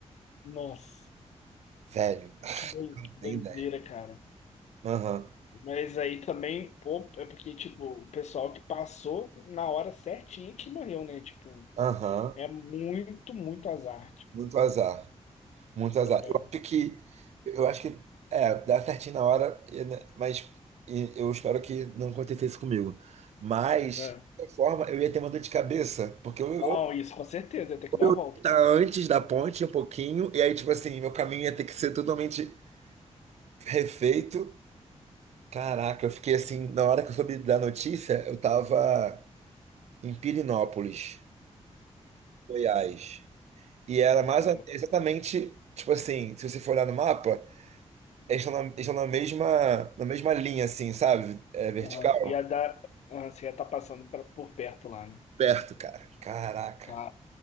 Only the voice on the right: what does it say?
Velho, <laughs>
nem
ideia.
Aham,
aham.
Muito azar. Muito azar.
Eu acho que. Eu acho que. É, dá certinho na hora, e- né, mas e eu espero que não acontecesse comigo. Mas,
de qualquer forma, eu ia ter uma dor de cabeça, porque eu, eu,
eu
ia
estar
antes da ponte um pouquinho, e aí, tipo assim, meu caminho ia ter que ser totalmente refeito. Caraca, eu fiquei assim, na hora que eu soube da notícia, eu tava em Pirinópolis, Goiás. E era mais
a- exatamente, tipo assim, se você for olhar no mapa, eles estão na, eles estão na mesma, na mesma linha, assim, sabe? É vertical.
Perto, cara. Caraca.